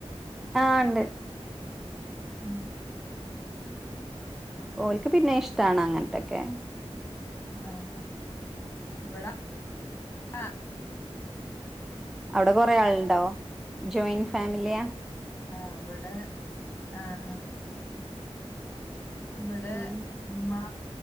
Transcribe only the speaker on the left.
ആ
ആ ഇവട ആ.
ആ അവിടെ ആ ആ. ഇവിടെ
ഉമ്മാ